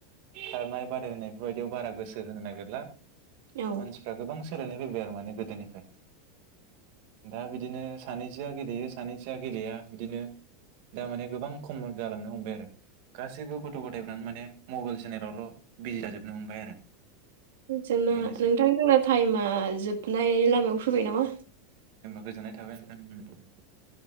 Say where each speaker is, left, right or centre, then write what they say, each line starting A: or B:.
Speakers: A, on the right; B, on the right.
A: खारनाय बादायलायनाय बेफोर बायदियाव बारा गोसो होहोनो नागोरला
B: औ
A: मानसिफ्रा गोबां सोलायनाय फैबाय आरो माने गोदोनिफ्राय दा बिदिनो सानैसोया गेलेयो सानैसोया गेलेया बिदिनो दा माने गोबां खम जालांनो हमबाय आरो गासैबो गथ गथायफ्रानो माने मबाइल सेनेलावल बिजि जाजोबनो हमबाय आरो
B: जोंना
A: बेनोसै
B: नोंथां जोंना टाइमा जोबनाय लामायाव फैबाय नामा
A: गोजोन्नाय थाबाय नोंथां उम